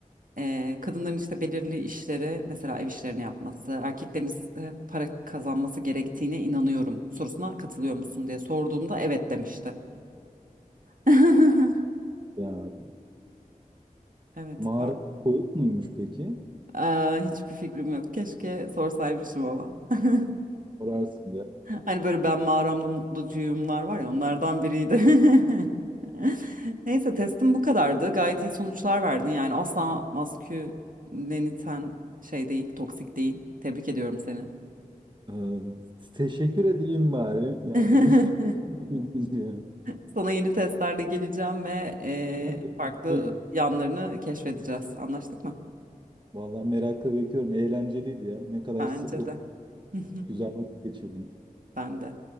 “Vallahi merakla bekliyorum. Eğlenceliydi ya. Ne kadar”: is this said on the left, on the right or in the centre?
Right